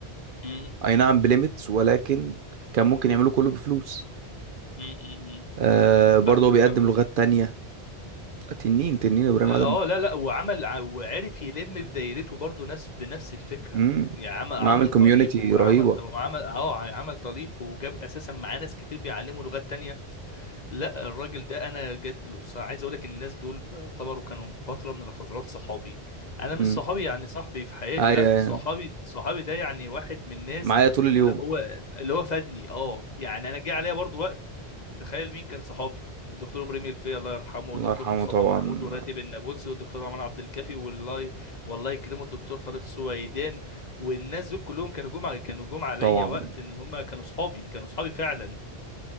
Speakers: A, on the left; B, on the right.
A: م-
B: أي نعم بليميتس ولكن كان ممكن يعمله كله بفلوس
A: م- م- م.
B: آه، برضو
A: فاهمك
B: هو بيقدم
A: فاهمك
B: لغات تانية تنين تنين إبراهيم
A: اه
B: عادل
A: لا لا وعمل ع- وعرف يلم في دايرته برضه ناس بنفس الفكره
B: امم
A: يعني عمل عمل
B: عامل كوميونتي
A: طليق وعمل
B: رهيبة
A: وعمل اه عمل طليق وجاب اساسا معاه ناس كتير بيعلموا لغات تانية لا الراجل ده انا جت بص، عايز اقول لك الناس دول بيعتبروا كانوا فتره من الفترات صحابي انا مش
B: امم
A: صحابي يعني صاحبي في حياتي
B: أيوة
A: لا
B: أيوة.
A: صحابي صحابي ده يعني واحد من الناس
B: معايا طول اليوم
A: اللي هو اللي هو فادني اه يعني انا جه عليا برضو وقت تخيل مين كان صحابي الدكتور ابراهيم الفقي الله يرحمه والدكتور
B: الله يرحمه
A: مصطفى
B: طبعا
A: محمود والراتب النابلسي والدكتور عمر عبد الكافي والله والله يكرمه الدكتور طارق سويدان والناس دول كلهم كانوا جم على- كانوا جم عليا
B: طبعا
A: وقت ان هم كانوا صحابي كانوا صحابي فعلا